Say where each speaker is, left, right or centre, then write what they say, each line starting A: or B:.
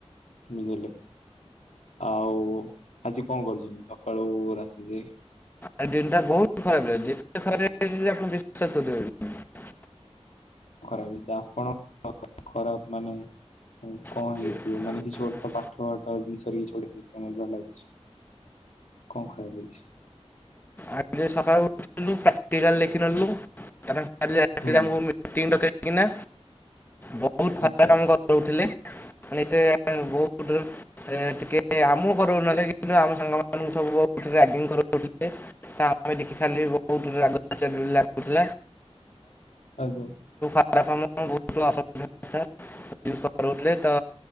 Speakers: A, on the left; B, on the left.
A: ବୁଝିଲେ? ଆଉ ଆଜି କଣ କରୁଛନ୍ତି ସକାଳୁ ରାତି ଯାଏ?
B: ଆଜି ଦିନଟା ବହୁତ ଖରାପ <unintelligible>
A: ଖରାପ ଆପଣ ଖରାପ ମାନେ ହ କଣ
B: କରିପାରିବେନି
A: ହେଇଥିବ ମାନେ କିଛି ଗୋଟେ ତ ପାଠ ପାଠ ଜିନିଷରେ କିଛି ଗୋଟେ ହେଇଥିବ ମଜା ଲାଗୁଛି। କଅଁ ଖାୟାକୁ ହେଇଚି?
B: ଆଗ ସକାଳୁ ଉଠିଲୁ ପ୍ରାଟିକଲ ଲେଖି ନେଲୁ କାହିଁକିନା କାଲି ରାତିରେ
A: ହୁଁ
B: ଆମକୁ ମିଟିଂ କାହିଁକିନା ବହୁତ ଖରାପ
A: ଆଚ୍ଛା ଆଚ୍ଛା
B: କାମ କରୁଥିଲେ। ମାନେ ଏତେ ବହୁତ ଟିକେ ଆମକୁ କରାଉନହେଲେ କିନ୍ତୁ ଆମ ସାଙ୍ଗମାନଙ୍କୁ ସବୁ କର ରାଗିଂ କରଥିଲେ ତା ଆମେ ଦେଖିପାରିଲେ ବହୁତ ରାଗ ଲାଗୁଥିଲା।
A: ଆଉ କ?
B: ବାପା <unintelligible> ବୋହୁତ ଅସଭ୍ୟ ଭାଷା। କରଥିଲେ ତ